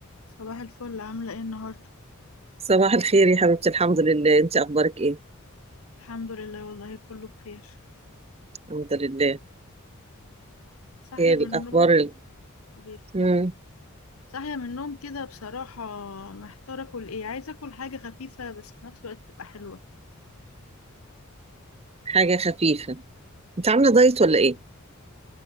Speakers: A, on the left; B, on the right.
A: صباح الفل عاملة ايه النهاردة؟
B: صباح الخير يا حبيبتي الحمد لله انت اخبارك ايه
A: الحمد لله والله كله بخير
B: الحمد لله
A: صاحية
B: ايه
A: من
B: الاخبار
A: النوم
B: ال...
A: ك-
B: مم.
A: صاحية من النوم كده بصراحة محتارة اكل ايه عايزة اكل حاجة خفيفة بس في نفس الوقت تبقى حلوة
B: حاجه خفيفه انت عامله دايت ولا ايه